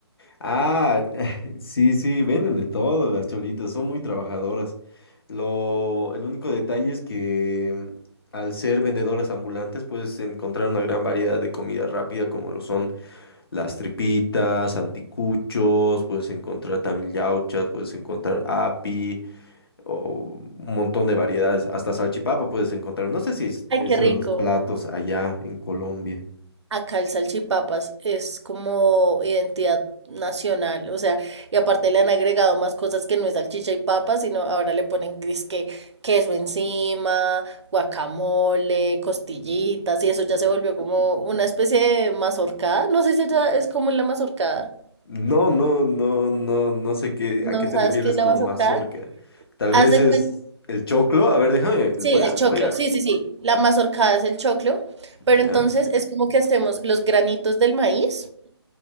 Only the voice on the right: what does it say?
Ay,
qué rico.
Acá el salchipapas es como identidad nacional, o sea, y aparte le han agregado más cosas que no es salchicha y papas, sino ahora le ponen que queso encima, guacamole, costillitas, y eso ya se volvió como una especie de mazorcada. No sé si allá es como en la mazorcada.
¿No
sabes
qué es la
mazorcada?
Haz
de
cuenta,
sí,
el
choclo,
sí, sí, sí, la mazorcada es el choclo, pero
entonces es como que hacemos los granitos del maíz